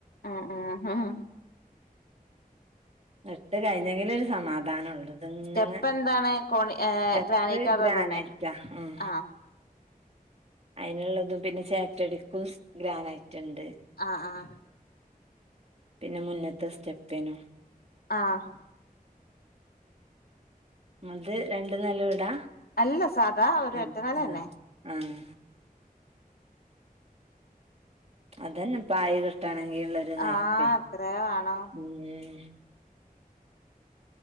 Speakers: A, on the left (about 85°); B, on the right (about 45°).
A: ആഹ് ആഹ് ഹാ
B: ഇട്ട് കഴിഞ്ഞെങ്കിലെ ഒരു സമാധാനം ഉള്ളൂ അങ്ങനെ
A: സ്റ്റെപ്പ് എന്താണ് കോണി ഏഹ്
B: സ്റ്റെപ്പ്
A: ഗ്രാനൈറ്റ് അതോ
B: ഗ്രാനൈറ്റോ
A: തന്നെ
B: ഉം
A: ആഹ്
B: അതിനുള്ളതും പിന്നെ സേറ്റടിക്കും സ് ഗ്രാനൈറ്റുണ്ട്.
A: ആഹ് ആഹ്
B: പിന്നെ മുന്നത്തെ സ്റ്റെപ്പിനും
A: ആഹ്
B: അത് രണ്ടു നില വീടാ
A: അല്ല സാധാ ഒരു
B: ഉം
A: ഒറ്റ നെലന്നെ
B: ആഹ് ആഹ് അതന്നെ പായ കിട്ടാണെങ്കിൽ ഉള്ളരു നായ്പ്പേ
A: ആഹ് അത്രേ വേണം
B: ഉം